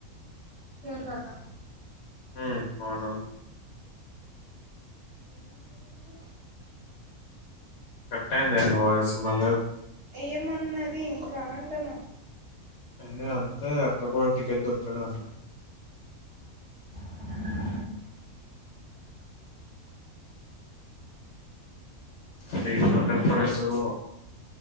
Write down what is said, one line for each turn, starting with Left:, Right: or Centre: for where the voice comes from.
Right: కేరళక
Left: ఊమ్ అవును
Right: ఏం మన్నది మరి
Left: కట్టయింది గద నీ వాయిసు మలేప్
Right: ఏమన్నది ఇంకా అంటునా
Left: ఇంగ అంతే అక్క గూడా టికెట్ దొరుకు కదన్న
Right: అ
Left: ఇది మల్లెపుడొస్తదో